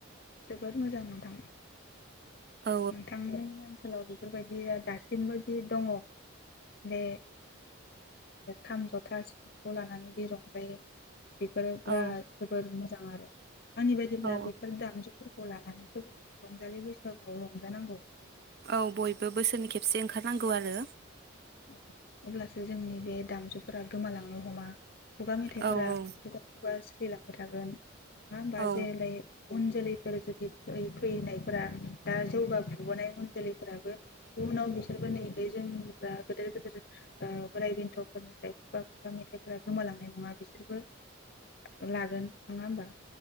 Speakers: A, on the left; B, on the right.
A: जोबोद मोजां नोंथां
B: औ
A: नोंथांनि ओनसोलाव बे बेफोरबायदिया दासिमबो जि दङ बे खाम जथा सिफुंखौ लानानै जि रंजायो बेफोरो बेराद
B: औ
A: जोबोद मोजां जां आरो आंनि बायदिब्ला
B: औ
A: बिफोर दामजु फोरखौ लानानैसो रंजालि बैसागु औ रंजानांगौ
B: औ बयबो बोसोरनि खेबसे ओंखार नांगौ आरो
A: औ अब्लासो जोंनि बे दामजुफोरा गोमालांनो हमा, खुगा मेथाइफोरा
B: औ औ
A: खुगा खुगा सो थैलांबाय थागोन मा होनबा
B: औ
A: जेलै उन जोलैफोर जुदि फै फैनायफोरा दा जौगाफुबोनाय उन जोलैफोराबो इउनाव बिसोरबो नैब जोंनिफ्रा, गोदोर गोदोर ओ बोराइ बेन्थफोरनिफ्राय खुगा खुगा मेथाइफोरा गोमालांनाय नङा बिसोरबो लागोन नङा होमबा,